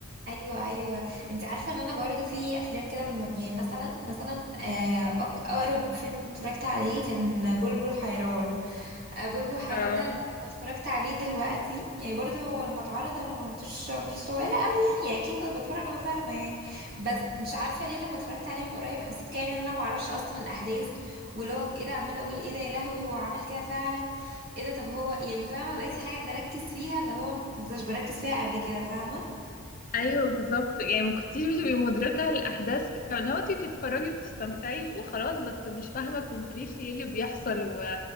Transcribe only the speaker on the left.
اه
ايوه بالظبط يعني ما كنتيش بتبقي مدركه الاحداث بتاع لو انت بتتفرجي وبتستمتعي وخلاص بس مش فاهمه كومبليتلي ايه اللي بيحصل و...